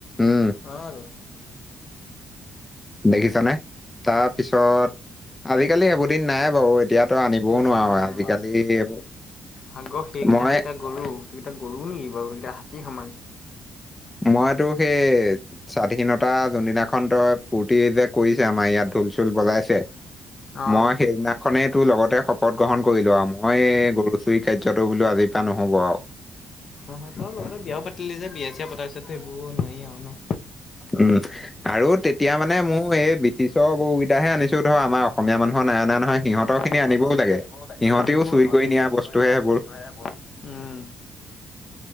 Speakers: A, on the left; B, on the left.
A: উম,
B: অ', আৰু।
A: দেখিছানে তাৰপিছত আজিকালি এইবোৰ দিন নাই বাৰু এতিয়াতো আনিবও
B: নাই
A: নোৱাৰো
B: নাই
A: আজিকালি
B: নাই
A: এইবোৰ
B: আগৰ সেইকেইটা
A: মই
B: সেইকেইটা গৰু সেইকেইটা গৰু নেকি বাৰু, সেইকেইটা হাতী সমান।
A: মইটো সেই স্বাধীনতা যোনদিনাখন তই ফূৰ্তি যে কৰিছে আমাৰ ইয়াত ঢোল চোল বজাইছে
B: অ
A: মই সেইদিনাখনেই তোৰ লগতে শপত গ্ৰহণ কৰিলো আৰু মই গৰু চুইক কাৰ্যতো বোলো আজিৰ পৰা নহ'ব আৰু।
B: অ' তই লগতে বিয়াও পাতিলি যে, বিয়া-চিয়া পতাৰ পিছতো সেইবোৰ নোৱাৰি আৰু ন।
A: উম, আৰু তেতিয়া মানে মোৰ এই ব্ৰিটিছৰ গৰুকেইটাহে আনিছো ধৰ, আমাৰ অসমীয়া মানুহৰ নাই অনা নহয়, সিহঁতৰ খিনি
B: সিহঁতৰ
A: আনিবও
B: খিনি
A: লাগে
B: আনিবও লাগে সিহঁতেও
A: চুৰি কৰি নিয়া
B: চুৰি
A: বস্তুহে
B: কৰি নিয়া
A: সেইবোৰ
B: বস্তু হে সেইবোৰ উম,